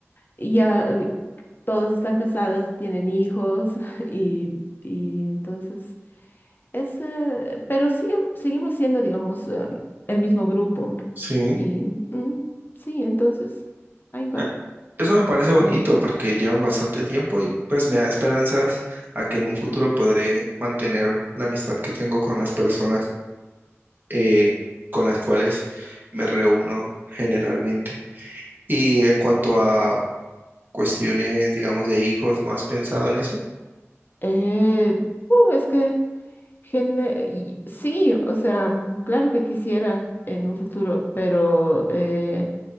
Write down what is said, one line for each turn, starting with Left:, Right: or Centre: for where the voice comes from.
Left: y ya eh, todos están casados y tienen hijos <laughs> y, y entonces es, eh, pero sí, em, seguimos siendo, digamos, eh, el mismo grupo.
Right: Sí,
Left: Y mm, sí, entonces ahí va.
Right: eh, eso me parece bonito porque llevan bastante tiempo y pues me da esperanzas a que en un futuro podré mantener la amistad que tengo con las personas eh, con las cuales me reúno generalmente. Y en cuanto a cuestiones, digamos, de hijos, ¿no has pensado en eso?
Left: Eh, uh, es que gene- y- sí, o sea, claro que quisiera en un futuro, pero eh,